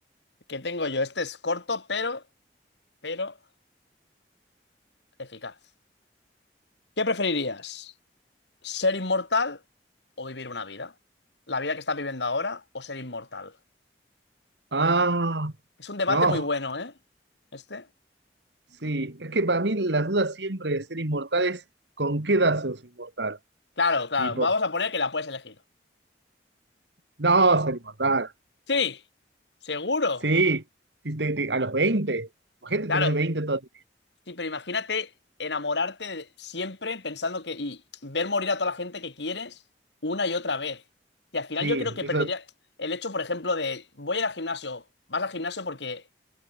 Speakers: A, on the left; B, on the right.
A: ¿qué tengo yo? Este es corto, pero, pero eficaz. ¿Qué preferirías? ¿Ser inmortal o vivir una vida? ¿La vida que estás viviendo ahora o ser inmortal?
B: Ah,
A: Es un debate
B: no,
A: muy bueno, ¿eh? Este.
B: sí. Es que para mí la duda siempre de ser inmortal es ¿con qué edad sos inmortal?
A: Claro, claro.
B: Tipo,
A: Vamos a poner que la puedes elegir.
B: no, ser inmortal.
A: Sí, seguro.
B: Sí, sí, te- te- a los veinte Imagínate
A: Claro,
B: tener 20 todo. el
A: sí, pero imagínate enamorarte de- siempre pensando que... y ver morir a toda la gente que quieres una y otra vez. Y al final
B: Sí,
A: yo creo que
B: eso
A: perdería el hecho, por ejemplo, de voy a ir al gimnasio, vas al gimnasio porque